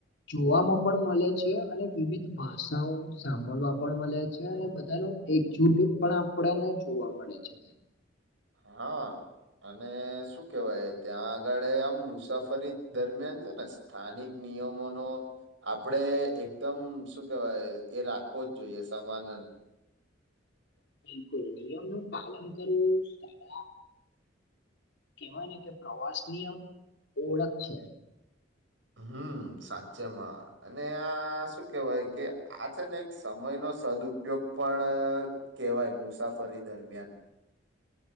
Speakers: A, on the left; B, on the right.
A: જોવાવામાં પણ મળે છે, અને વિવિધ ભાષાઓ સાંભળવા પણ મળે છે. અને બધા ન એકજૂટ પણ આપણને જોવા મળે છે. ત
B: હા. અને શું કેવાય ત્યાં આગળ આમ મુસાફરી દરમિયાન છે, ને સ્થાનિક નિયમનો આપડે એકદમ શું કેહેવાય એ રાખવો જ જોઈએ, સમાનંદ
A: બિલકુલ, નિયમનું પાલન કરવું સારા કહેવાને કે પ્રવાસ નિયમ એ ઓળખ છે.
B: હમ, સાચે માં અને આ શું કેવાય કે આ છે ને એક સમયનો સદ ઉપયોગ પણ કેવાય મુસાફરી દરમિયાન.